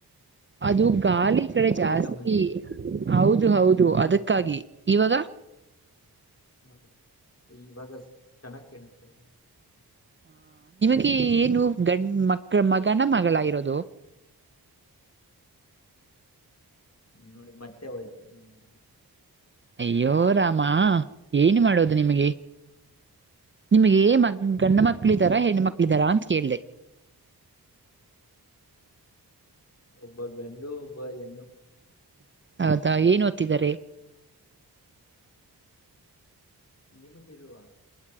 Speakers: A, on the right (about 30°); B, on the left (about 40°).
A: ಅದು ಗಾಳಿ ಈ ಕಡೆ ಜಾಸ್ತಿ.
B: ಸಮಸ್ಯೆ
A: ಹೌದು ಹೌದು ಅದಕ್ಕಾಗಿ ಇವಾಗ.
B: ಹ ಇವಾಗ <unintelligible> ಕೆಣಿಸ್ತ <unintelligible>
A: ಕಿ ಏನು ಗಂಡ್ ಮಕ್ಕ ಮಗನ ಮಗಳ ಇರೋದು. <inaudible>
B: ನೋಡಿ ಮತ್ತೆ ಹೋಯ್ತು ನಿಮ್ಮದು.
A: ಅಯ್ಯೋ ರಾಮ ಏನು ಮಾಡೋದು ನಿಮಗೆ. ನಿಮ್ಗೆ ಮ ಗಂಡ ಮಕ್ಕಳ ಇದಾರಾ ಹೆಣ್ಣ ಮಕ್ಕಳ ಇದಾರ ಅಂತ ಕೇಳ್ದೆ. <inaudible>
B: ಒಬ್ಬ ಗಂಡು ಒಬ್ಬ ಹೆಣ್ಣು
A: ಹೌದಾ ಏನ್ ಓದ್ತಿದ್ದಾರೆ
B: ನಿಮಗೆ ಇಲ್ವಾ